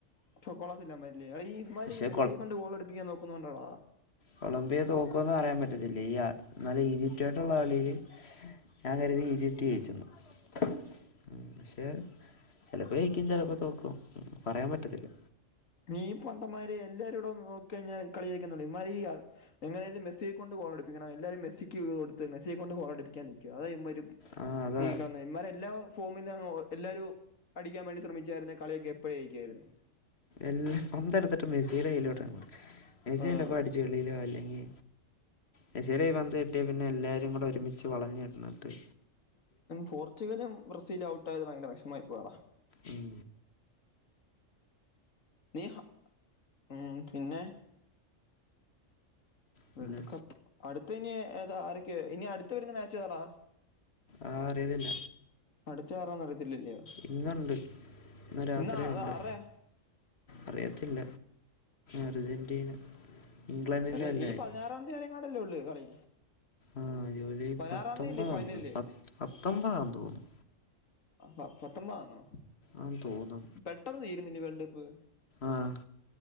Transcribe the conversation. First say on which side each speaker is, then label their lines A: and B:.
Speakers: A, on the left; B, on the left.
A: അപ്പൊ കൊള്ളത്തില്ലമാരില്ലേ ആ ഈമാരി
B: പക്ഷെ
A: മെസ്സിയെ കൊണ്ട് ഗോളടുപ്പിക്കാൻ നോക്കുന്നുണ്ടോടാ.
B: കൊളംബിയെ തോക്കുവന്ന് പറയാൻ പറ്റത്തില്ല ഈ ഇന്നലെ ഈജിപ്റ്റ ആയിട്ടുള്ള കളിയില്. ഞാൻ കരുതി ഈജിപ്റ്റ് ജയിച്ചന്നു. ഉം പക്ഷെ ചിലപ്പോ ജയിക്കും ചിലപ്പോ തോക്കും പറയാൻ പറ്റത്തില്ല.
A: നീ പണ്ടമാര് എല്ലാരുട നോക്കി കഴിഞ്ഞാൽ കളി ജയിക്കനുള്ള ഇമ്മാര് ഈ എങ്ങനൊലും മെസിയെ കൊണ്ട് ഗോളടുപ്പണം എല്ലാവര മെസ്സിക്ക്ത് കൊട്ത്ത് മെസിയെ കൊണ്ട് ഗോളടിപ്പിക്കൻൽക്കും അതാ ഇമാര
B: ആ അതാ
A: ഈ കന്ന ഇമാരെ എല്ലാ ഫോമിൽ എല്ലാവരും അടിക്കാൻ വേണ്ടി ശ്രമിച്ചായിരുന്ന കളിയൊക്കെ എപ്പോഴ ജയിക്കയിരുന്നു.
B: എല്ലാ പന്തടുത്തിട്ട് മെസ്സിയുടെ കയ്യിലോട്ട മെസ്സിയല്ലപ്പോ
A: ആഹ്
B: അടിച്ച വെളിയിലോ അല്ലെങ്കി മെസിയിടെ കയ്യിൽ പന്ത് കിട്ടിയ പിന്നെ എല്ലാവരും കൂടെ ഒരുമിച്ച് വളഞ്നിന്നിട്ട്
A: പോർച്ചുഗലും ബ്രസീലും ഔട്ട് ആയത് ഭയങ്കര വിഷമായി പോയടാ
B: ഉം
A: നീ ഹ മ് പിന്നെ
B: പിന്നെ
A: വേൾഡ് കപ്പ് അടുത്ത ഇനി ഏതാ ആരൊക്കെയ ഇനി അടുത്ത വരുന്ന മാച്ച് ഏതാടാ?
B: ആഹ് അറിയതില്ല.
A: അടുത്ത ആരാന്ന് അറിയത്തില്ലല്ലയോ
B: ഇന്നുണ്ട് ഇന്ന് രാത്രിയുണ്ട്.
A: ഇന്നാ അത് ആറരയാ
B: അറിയത്തില്ല അർജന്റീന ഇംഗ്ലണ്ടിൻ്റെ
A: എന്ന
B: അല്ലായിരിക്കും
A: ഈ പതിനാറാംന്തി വരെങ്ങാടല്ലേള്ളു കളി?
B: ആഹ് ജൂലൈ
A: പതിനാറാം
B: പത്തൊമ്പതാ
A: തീയതി അല്ലേ ഫൈനല്
B: തോന്ന് പത്തൊമ്പതാ തോന്നുന്നു.
A: ആ പത്തൊമ്പന്നോ?
B: ആന്ന് തോന്നു
A: പെട്ടെന്ന് തീരുന്നില്ലേ വേൾഡ് കപ്പ്‌?
B: ആഹ്